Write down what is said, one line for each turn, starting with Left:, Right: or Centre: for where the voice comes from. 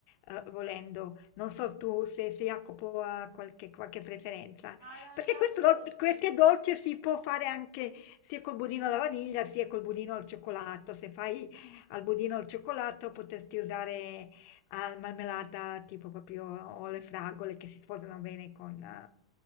Left: uhm, volendo. Non so tu se se Jacopo ha qualche qualche preferenza.
Right: Allora,
Left: Perché
Right: Jacopo,
Left: questo do
Right: sì.
Left: queste dolce si può fare anche sia col budino alla vaniglia, sia col budino al cioccolato. Se fai al budino al cioccolato potresti usare al marmellata tipo proprio o le fragole che si sposano bene con... eh,